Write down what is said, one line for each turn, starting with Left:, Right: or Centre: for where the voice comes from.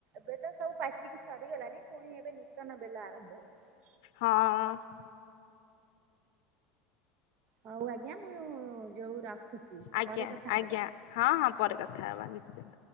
Right: ବେଲ ସବୁ ପାଚିକି ସରିଗଲାଣି ଫୁଣି ଏବେ ନୂତନ ବେଲ ଆରମ୍ଭ ହୋଉଚି।
Left: ହଁ ଅ।
Right: ହୋଉ ଆଜ୍ଞା ମୁଁ ଯୋଉ ରଖୁଚି
Left: ଆଜ୍ଞା
Right: ପରେ କଥା
Left: ଆଜ୍ଞା
Right: ହବା।
Left: ହଁ ହଁ ପରେ କଥା ହବା ନିଶ୍ଚୟ।